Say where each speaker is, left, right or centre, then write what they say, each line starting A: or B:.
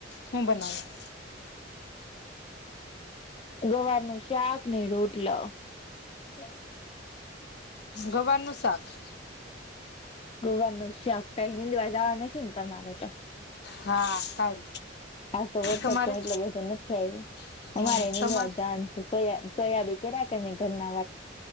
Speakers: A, on the left; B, on the left.
A: હું બનાવી.
B: ગવાર નું શાક ને રોટલો. <inaudible>
A: ગુવારનું શાક. <inaudible>
B: ગોવાનું શકટલ નીંદવા જવા ન શિનતા તમારે તો
A: હા કાલ.
B: આજ તો વરસાદ
A: તમારે
B: કાંઈ એટલો બધો નથી આયવો.
A: હમ
B: અમારેય
A: તમાર
B: તો સોયા સોયાબી કેરા કરે ઘરનાવ